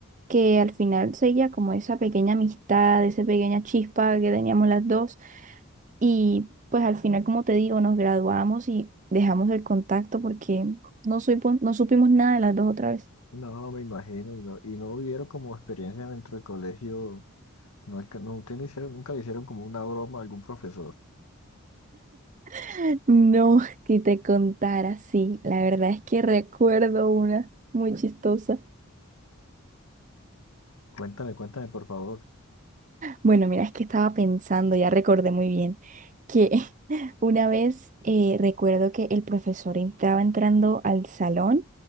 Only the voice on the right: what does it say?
que al final seguía como esa pequeña amistad, esa pequeña chispa que teníamos las dos. Y pues al final, como te digo, nos graduamos y dejamos el contacto porque no supo- no supimos nada de las dos otra vez.
<laughs> No, que te contara, sí. La verdad es que recuerdo una muy chistosa.
Bueno, mira, es que estaba pensando, ya recordé muy bien, que <laughs> una vez eh, recuerdo que el profesor estaba entrando al salón